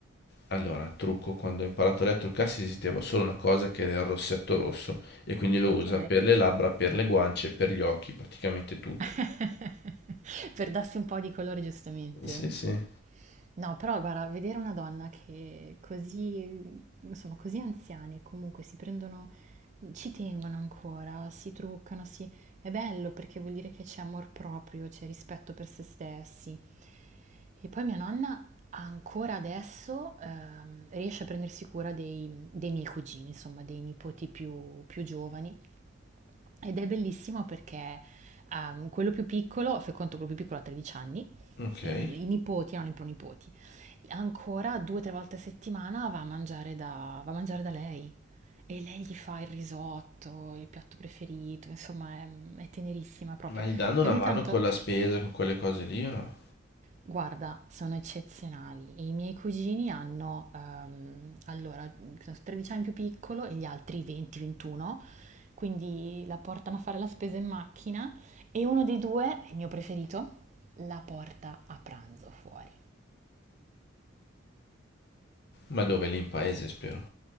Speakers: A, on the left; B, on the right.
A: Allora, trucco, quando ho imparato a lei a truccarsi esisteva solo una cosa che era il rossetto rosso e quindi lo
B: ok.
A: usa per le labbra, per le guance, per gli occhi, praticamente tutto.
B: <laughs> Per darsi un po' di colore, giustamente.
A: Sì, sì.
B: No, però guarda, vedere una donna che così, insomma, così anziane comunque si prendono, ci tengono ancora, si truccano, si... è bello perché vuol dire che c'è amor proprio, c'è rispetto per se stessi. E poi mia nonna ancora adesso ehm, riesce a prendersi cura dei, dei miei cugini, insomma, dei nipoti più, più giovani. Ed è bellissimo perché ehm, quello più piccolo, fai conto quello più piccolo ha 13 anni,
A: Ok.
B: i, i nipoti erano i pronipoti, ancora due o tre volte a settimana va a mangiare da, va a mangiare da lei. E lei gli fa il risotto, il piatto preferito, insomma è, è tenerissima proprio.
A: Ma gli danno una
B: E ogni
A: mano
B: tanto
A: con la spesa, con quelle cose lì o no?
B: Guarda, sono eccezionali. I miei cugini hanno, ehm, allora, credo 13 anni più piccolo e gli altri 20-21, quindi la portano a fare la spesa in macchina e uno dei due, il mio preferito, la porta a pranzo fuori.
A: Ma dove? Lì in paese, spero.